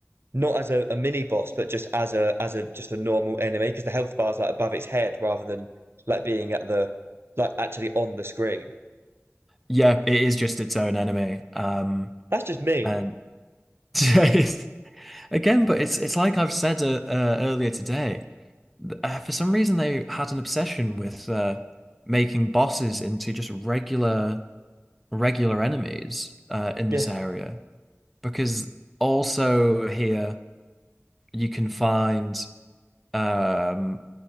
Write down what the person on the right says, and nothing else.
not as a, a mini boss, but just as a as a just a normal enemy because the health bar's like above its head rather than like being at the like actually on the screen.
That's just mean.
Yeah.